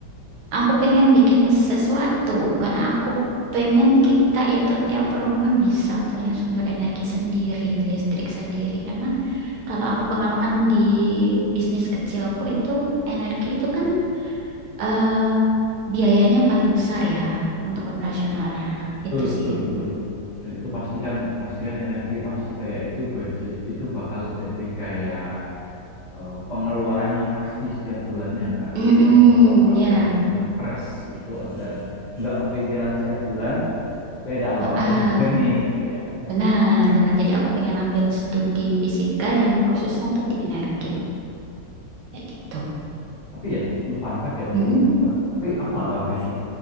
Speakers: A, on the right (about 70°); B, on the left (about 30°).
A: Aku pengen bikin sesuatu karena aku pengen kita itu tiap rumah bisa punya sumber energi sendiri, listrik sendiri. Karena kalau aku pengalaman di bisnis kecilku itu energi itu kan eh, biayanya paling besar ya untuk operasionalnya.
B: betul
A: Itu
B: betul
A: sih.
B: betul. Dan itu pastikan pastikan energi pasti kayak itu budget itu bakal jadi kayak eh, pengeluaran yang pasti setiap bulannya kan.
A: mm
B: Makanya peng-
A: ya,
B: pengen ngepres itu agar nggak kepikiran setiap bulan, tapi ada alternatifnya
A: ah, ah,
B: juga nih gitu ya.
A: benar, benar. Jadi aku pengen ambil studi fisika yang khususnya tuh di energi, kayak gitu.
B: Tapi ya untuk fun fact ya untuk
A: Mm-mm,
B: eh, tapi aku nggak tahu fisik.